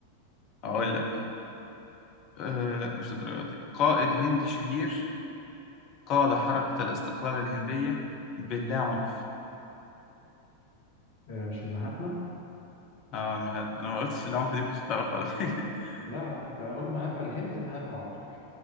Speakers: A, on the left; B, on the left.
A: اقول لك آه لا مش الدرجة دي قائد هندي شهير قاد حركة الاستقلال الهندية باللا عنف
B: آه، مش المهاتما
A: اه ما هت- انا ما قلتش العنف دي مش هتعرف على فكرة <laughs>
B: لا أنا كنت هقول مهاتما الهند مهاتما على طول